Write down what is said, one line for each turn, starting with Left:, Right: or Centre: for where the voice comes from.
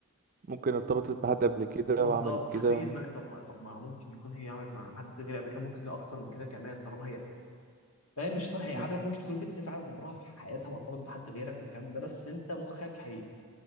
Right: ممكن ارتبطت بحد قبل كده
Left: بالظبط
Right: وعملت كده
Left: هتيجي في دماغك طب ما طب ما ممكن يكون هي عملت مع حد غير قبل كده ممكن اكتر من كده كمان طالما هي فاهم مش صح هيقعد
Right: مم.
Left: لك ممكن تكون البت دي فعلا عمرها في حياتها ما ارتبط بحد غيرك والكلام ده بس انت مخك هي...